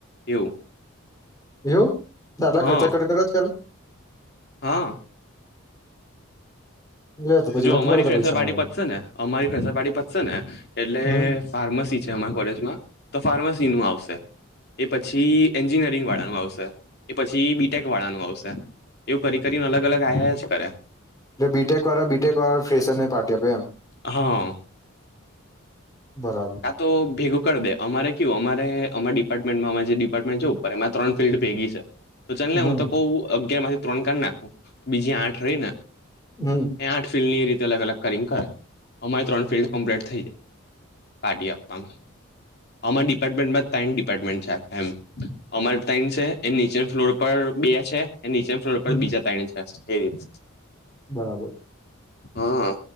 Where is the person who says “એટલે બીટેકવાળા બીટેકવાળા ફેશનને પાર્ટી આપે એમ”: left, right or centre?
Left